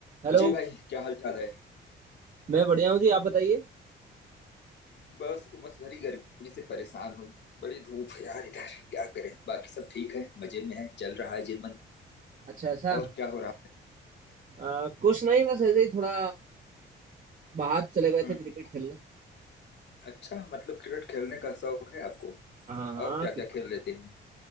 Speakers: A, on the right (about 40°); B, on the left (about 60°).
A: Hello
B: जी भाई क्या हाल चाल है
A: मैं बढ़िया हूँ जी आप बताइए
B: बस उमस भरी गर्मी से परेशान हूँ बड़ी धूप है यार इधर क्या करें बाकी सब ठीक है मजे में है चल रहा है जीवन
A: अच्छा ऐसा
B: और क्या हो रहा
A: आ, कुछ नहीं बस ऐसे ही थोड़ा बाहर चले गए
B: है
A: थे
B: हम्म
A: क्रिकेट खेलने
B: अच्छा मतलब क्रिकेट खेलने का शौक है आपको
A: हाँ हाँ
B: और क्या
A: क्रिकेट
B: क्या खेल लेते हैं हम्म